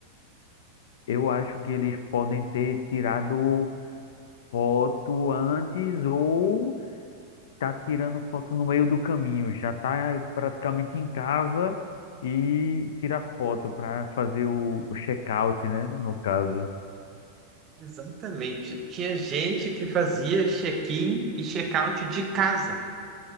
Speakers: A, on the left (about 60°); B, on the right (about 30°).
A: eu acho que eles podem ter tirado foto antes ou tá tirando foto no meio do caminho, já tá praticamente em casa e tira foto para fazer o, o check-out, né, no caso.
B: Exatamente. Tinha gente que fazia check-in e check-out de casa,